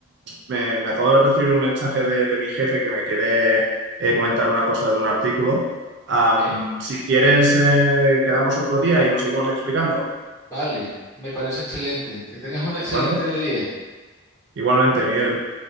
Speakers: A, on the right (about 55°); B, on the left (about 15°).
A: me, me acabo de recibir un mensaje de, de mi jefe que me quiere eh, comentar una cosa de un artículo. Am,
B: ¿eh?
A: si quieres, eh, quedamos otro día y nos seguimos explicando,
B: Vale, me parece excelente. Que tengas un excelente
A: ¿de acuerdo?
B: día.
A: Igualmente, Miguel,